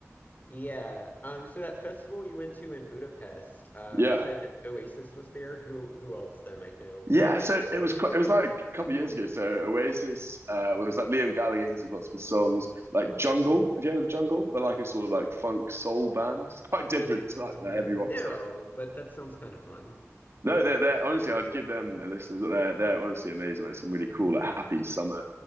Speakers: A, on the left; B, on the right.
A: Yeah. Um. So that festival you went to in Budapest, uh,
B: Yeah.
A: you said Oasis was there. Who who else that I might know?
B: Yeah, so it was quite, it was like a couple of years ago. So Oasis uh, well, it was like Liam Gallagher. He did lots of his songs, like Jungle. Have you heard of Jungle? They're like a sort of like funk soul band. It's quite different
A: Mm,
B: to like the heavy rock
A: No,
B: stuff.
A: but that sounds kind of fun.
B: No, they're they're honestly, I'd give them listeners. They're they're honestly amazing. Like some really cool, like happy summer